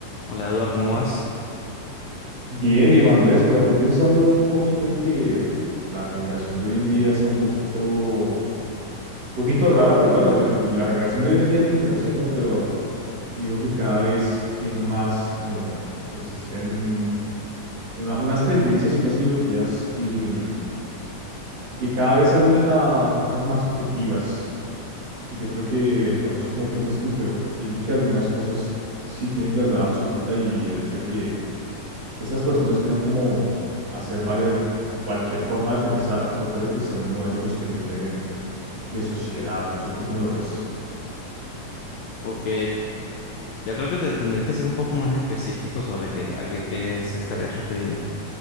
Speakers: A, on the left (about 75°); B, on the right (about 55°).
A: Hola Eduard, ¿cómo vas?
B: Bien, viejo Andrés, por aquí pensando un poquito en que la generación de hoy en día está un poquito, un poquito rara. Pues bueno, yo, es- la generación de hoy en día es mi generación, ¿no? Pero digo que cada vez eh, más eh, existen una- unas tendencias, unas ideologías eh, que cada vez aluden a cosas más subjetivas. Y yo creo que, pues no sé cómo piensas tú, pero pienso que algunas cosas sí tienen verdad absoluta y el hecho de que estas personas quieran como hacer valer cualquier forma de pensar, no creo que sea un modelo sostenible de, de sociedad, no sé tú cómo lo ves.
A: Ok, ya creo que te, tendré que ser un poco más específico sobre qué, a qué, qué se estarías refiriendo.